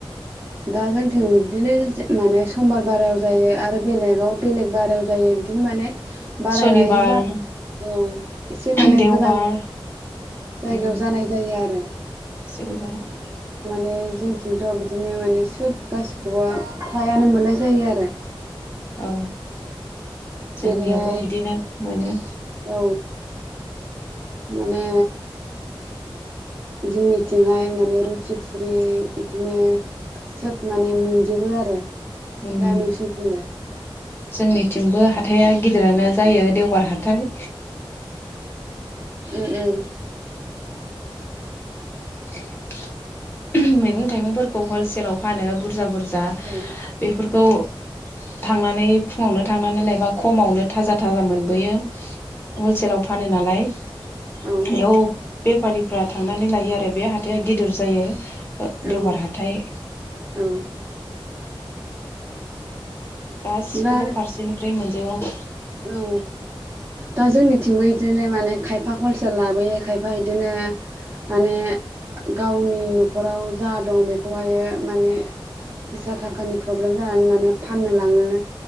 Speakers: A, on the right; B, on the left.
A: दा जोंथिं बिदिनो माने समार बारायाव जायो आरो बेलेगाव बेलेग बारायाव जायो बिदिनो माने बाराय
B: सनिबार
A: लायै बाराय औ एसे माने
B: देवबार
A: गोजान जायगायाव
B: उम
A: जानाय जायो आरो
B: एसे गोजानाव
A: बे जोंथिंथ' बिदिनो माने सोब गासिखौबो फ्रायानो मोननाय जायो आरो
B: औ
A: जेरैहाय
B: जोंनियावबो बिदिनो मोनो
A: औ माने जोंनिथिंहाय माने रुथि फुरि बिदिनो सोब माने मोनजोबो आरो
B: उम
A: दा नोंसिनिथिंलाय?
B: जोंनिथिंबो हाथाइआ गिदिरानो जायो देवबार हाथाइ।
A: ओम ओम
B: <inaudible> मैगं थाइगंफोरखौ हलसेलाव फानो बुरजा बुरजा जा
A: उम
B: बेफोर खौ थांनानै फुङावनो थांनानै लायबा खमावनो थाजा थाजा मोनबोयो। हलसेलाव फानो नालाय
A: औ
B: बेयाव बेफारि फ्रा थांनानै लायो आरो बे हाथाइआ गिदिर जायो।
A: औ
B: देवबार हाथाय।
A: औ
B: गासिखौबो
A: दा
B: फारसेनिफ्राय मोनो द
A: औ दा जोंनिथिंबो इ बिदिनो माने खायफा हलसेल लाबोयो खायफा बिदिनो माने गावनि न'खराव जा दं बेखौहाय माने फैसा थाखानि प्रब्लेम जानानै माने फाननो लाङो।